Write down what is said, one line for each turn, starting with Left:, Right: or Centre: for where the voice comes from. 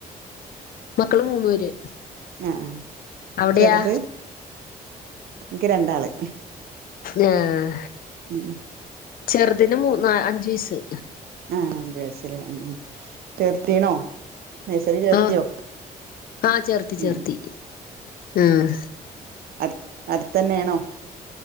Left: മക്കള് മൂന്നു പേര്
Right: ആ ആ
Left: അവിടെയാ
Right: ചെറുത് ഇൻക്ക് രണ്ടാള്
Left: ആഹ്
Right: ഉം
Left: ചെറുതിന് മൂ അഞ്ച് വയസ്
Right: ആ അഞ്ചയ്‌സ് ലേ ചേർത്തിണോ നെയ് സറി ചേർത്തിയോ
Left: ആഹ് ആഹ് ചേർത്തി ചേർത്തി
Right: ഉം
Left: ആഹ്
Right: അടു അടുത്തന്നെണോ